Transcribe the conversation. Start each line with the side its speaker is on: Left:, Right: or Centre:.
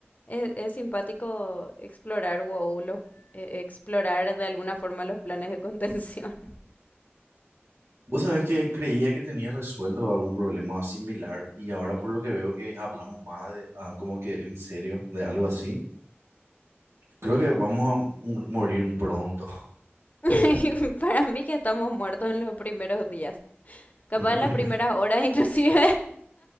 Left: es, es simpático explorar, wow, los, eh, explorar de alguna forma los planes de contención. <laughs>
Right: Vos sabés que creía que tenía resuelto algún problema similar y ahora por lo que veo que hablamos más de, ah, como que en serio de algo así, creo que vamos a mu- morir pronto,
Left: Y Para mí que estamos muertos en los primeros días.
Right: <laughs>
Left: Capaz
Right: en lo
Left: en
Right: primero.
Left: las primeras horas inclusive.